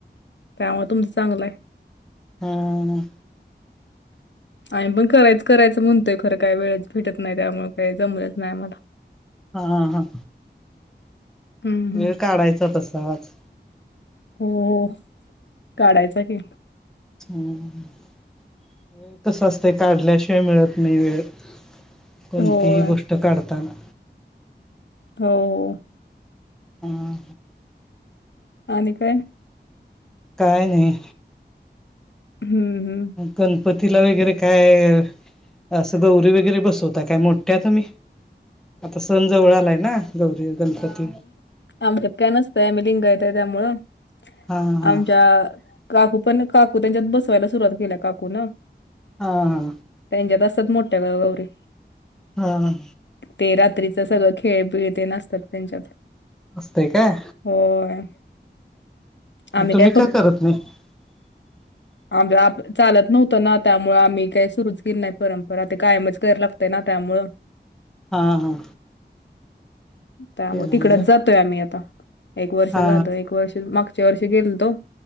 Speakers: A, on the left; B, in the centre.
A: त्यामुळ तुमं चांगलाय.
B: हा.
A: आम्हीपण पण करायच करायचं म्हणतोय खरं काय वेळेच भेटत नाही त्यामुळे काही जमलंच नाही आम्हाला.
B: आ हा.
A: हं,
B: वेळ
A: हं.
B: काढायचा तसाच.
A: हम्म, काढायचा की.
B: हम्म, कस असतय काढल्याशिवाय मिळत नाही वेळ. कोणतीही
A: होय.
B: गोष्ट काढताना
A: हो.
B: हा
A: आणि काय?
B: काय नाही.
A: हं,
B: गणपतीला वगैरे काय असं गौरी वगैरे बसवता काय, मोठ्या तुम्ही? आता सण जवळ
A: हं.
B: आलाय ना, गौरी, गणपती.
A: आमचात काय नसतंय आम्हीं लिंगायत हाय त्यामुळं,
B: हा हा
A: आमच्या काकू पण काकू त्यांच्यात बसवायला सुरुवात केल्या काकून.
B: हा हा.
A: त्यांच्यात असत्यात मोठ्या गौरी.
B: हा.
A: ते रात्रीचं सगळं खेळ बिळ तेन असतात त्यांच्यात.
B: असतंय काय,
A: होय आम्ही
B: तुम्ही
A: काय
B: का करत नाही. <inaudible>
A: आम <unintelligible> चालत नव्हतं ना त्यामुळे आम्ही काही सुरूच केलं नाही परंपरा ते कायमच करायला लागते ना त्यामुळ.
B: हा हा.
A: त्यामुळ
B: केला
A: तिकडच
B: नाही व्हय.
A: जातोय आम्ही आता, एक वर्ष
B: हा
A: झालं एकवर्षं मा पुरच्या वर्षी गेल तो,